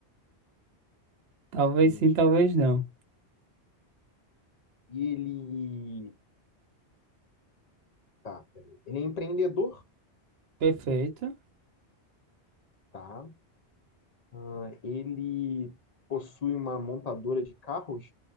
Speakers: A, on the right; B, on the left.
A: Talvez
B: Hum,
A: sim,
B: deixa
A: talvez
B: eu...
A: não.
B: E ele. Tá, peraí. Ele é empreendedor?
A: Perfeito.
B: Tá. Ah, ele possui uma montadora de carros?